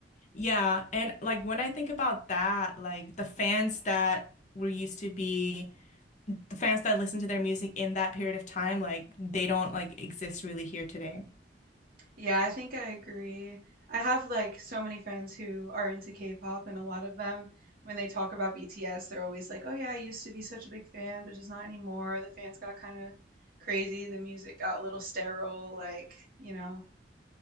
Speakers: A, on the left; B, on the right.
A: Yeah, and like when I think about that, like the fans that were used to be the fans that listen to their music in that period of time, like they don't like exist really here today.
B: Yeah, I think I agree. I have like so many friends who are into K-pop, and a lot of them, when they talk about BTS, they're always like, "Oh yeah, I used to be such a big fan, but just not anymore. The fans got kind of crazy. The music got a little sterile, like, you know."